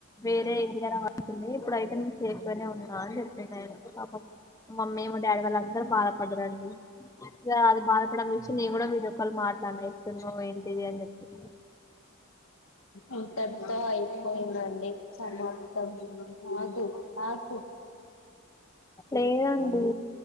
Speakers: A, on the left (about 15°); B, on the left (about 70°).
A: వేరే ఏరియాలో పడుతుంది ఇప్పుడు అయితే ఇంట్లనే ఉన్న అని చెప్పిండు ఆయన పాపం మమ్మీ మా డాడీ వాళ్ళందరు బాధపడ్డరండి ఇగా అది బాధపడడం చూసి నేను కూడా వీడియో కాల్ మాట్లా డుతున్నవేంటిది అని చెప్పి
B: ఇంతటితో అయి పోయిందడి సమాప్తం కాదు కాదు
A: లేదండి